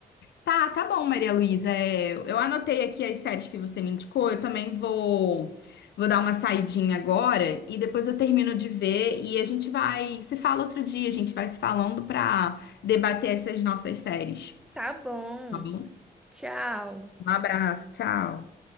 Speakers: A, on the left; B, in the centre.
A: Tá, tá bom, Maria Luísa. É, eu anotei aqui as séries que você me indicou. Eu também vou, vou dar uma saidinha agora e depois eu termino de ver e a gente vai se fala outro dia. A gente vai se falando pra debater essas nossas séries,
B: Tá bom.
A: tá bom?
B: Tchau.
A: Um abraço, tchau.